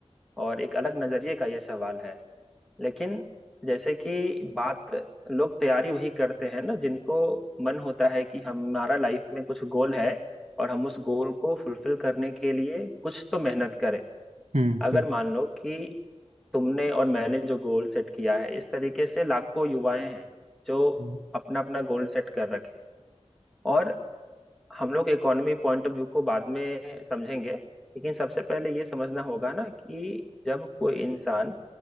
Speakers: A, in the centre; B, on the right (about 85°).
A: और एक अलग नजरिए का ये सवाल है लेकिन जैसे कि बात लोग तैयारी वही करते हैं ना जिनको मन होता है कि हमारा लाइफ में कुछ गोल है और हम उस गोल को फुलफिल करने के लिए कुछ तो मेहनत करें
B: हम्म
A: अगर
B: हम्म
A: मान लो कि तुमने और मैंने जो गोल सेट किया है इस तरीके से लाखों युवाएं हैं जो
B: हम्म
A: अपना अपना गोल सेट कर रखे हैं। और हम लोग इकोनॉमी पॉइंट ऑफ व्यू को बाद में समझेंगे लेकिन सबसे पहले ये समझना होगा ना कि जब कोई इंसान